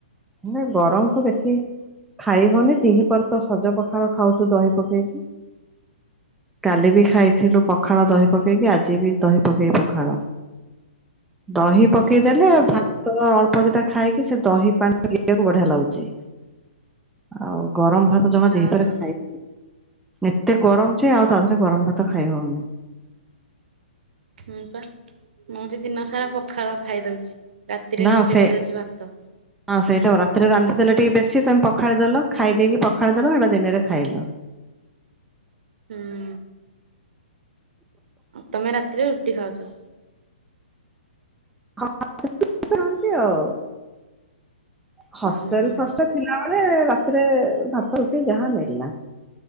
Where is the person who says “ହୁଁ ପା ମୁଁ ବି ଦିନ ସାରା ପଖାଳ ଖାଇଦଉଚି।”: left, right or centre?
Right